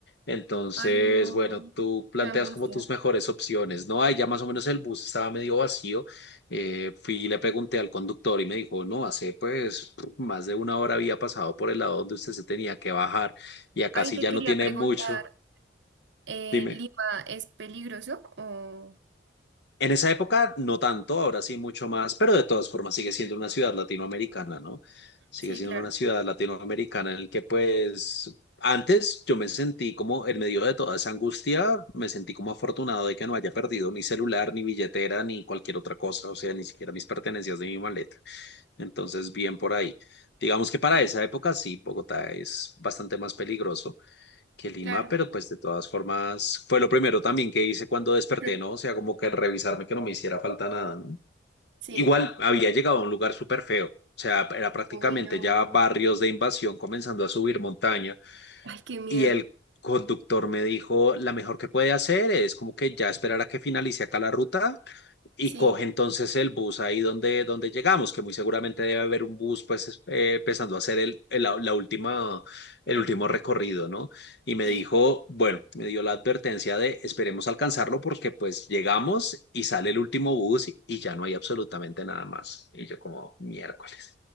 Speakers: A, on the left; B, on the right.
A: Entonces,
B: Ay, no,
A: bueno, tú planteas
B: qué angustia.
A: como tus mejores opciones, ¿no? Ahí ya más o menos el bus estaba medio vacío. Eh, fui y le pregunté al conductor y me dijo, no, hace pues más de una hora había pasado por el lado donde usted se tenía que bajar y acá
B: Ay,
A: sí
B: te
A: ya
B: quería
A: no tiene
B: preguntar,
A: mucho.
B: eh,
A: Dime.
B: ¿Lima es peligroso o...?
A: En esa época no tanto, ahora sí mucho más, pero de todas formas sigue siendo una ciudad latinoamericana, ¿no? Sigue
B: Sí,
A: siendo
B: claro,
A: una ciudad latinoamericana en el que pues antes yo me sentí como en medio de toda esa angustia, me sentí como afortunado de que no haya perdido mi celular, ni billetera, ni cualquier otra cosa, o sea, ni siquiera mis pertenencias de mi maleta. Entonces, bien por ahí. Digamos que para esa época sí, Bogotá es bastante más peligroso que Lima,
B: claro,
A: pero pues de todas formas fue lo primero también que hice cuando desperté,
B: <laughs>
A: ¿no? O sea, como que revisarme que no me hiciera falta nada, ¿no?
B: sí.
A: Igual había llegado a un lugar súper feo, o sea, era prácticamente
B: Uy, no.
A: ya barrios de invasión comenzando a subir montaña
B: Ay, qué miedo.
A: y el conductor me dijo, la mejor que puede hacer es como que ya esperar a que finalice acá la ruta y
B: Sí,
A: coge entonces el bus ahí donde, donde llegamos, que muy seguramente debe haber un bus pues eh, empezando a hacer el, el- la la última, el último recorrido, ¿no? Y me
B: sí.
A: dijo, bueno, me dio la advertencia de esperemos alcanzarlo porque pues llegamos y sale el último bus y, y ya no hay absolutamente nada más. Y yo como miércoles.